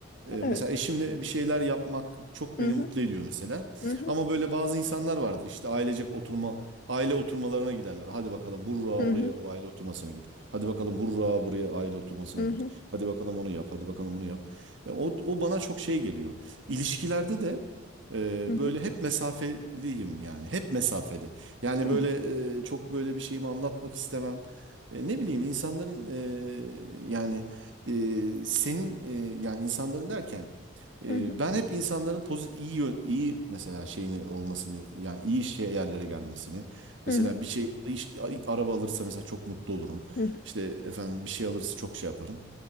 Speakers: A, on the right; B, on the left.
A: Ee,
B: Evet.
A: mesela eşimle bir şeyler yapmak çok
B: Hı
A: beni
B: hı,
A: mutlu ediyor mesela.
B: hı hı,
A: Ama böyle bazı insanlar vardır işte ailecek oturma aile oturmalarına giderler. Hadi bakalım hurra
B: hı
A: oraya
B: hı,
A: o aile oturmasına git. Hadi bakalım hurra buraya aile oturmasına
B: hı
A: git.
B: hı,
A: Hadi bakalım onu yap. Hadi bakalım bunu yap. E, O, o bana çok şey geliyor. İlişkilerde de e,
B: hı hı,
A: böyle hep mesafeliyim yani. Hep mesafeli. Yani
B: hı
A: böyle
B: hı,
A: e, çok böyle bir şeyimi anlatmak istemem. E, ne bileyim insanların e, yani e, senin e, yani insanların derken e,
B: hı hı,
A: ben hep insanların pozitif iyi yö- iyi mesela şeyini olmasını yani iyi şey yerlere gelmesini
B: hı
A: mesela
B: hı, hı
A: bir şey iş- araba alırsa mesela çok mutlu olurum.
B: hı,
A: İşte efendim bir şey alırsa çok şey yaparım.